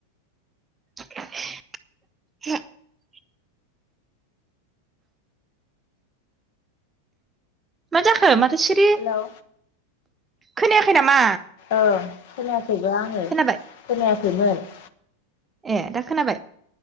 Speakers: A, on the right; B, on the left.
A: <inaudible> माजाखो माथो सिरि?
B: हेलौ
A: खोनायाखै नामा?
B: औ खोनायाखैबो आंङो
A: खोनाबाय
B: खोनायाखैमोन‌
A: ए दा खोनाबाय?